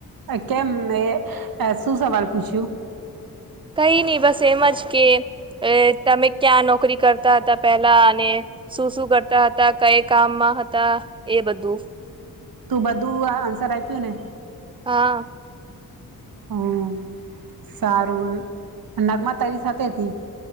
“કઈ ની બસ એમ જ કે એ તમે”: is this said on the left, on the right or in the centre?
Right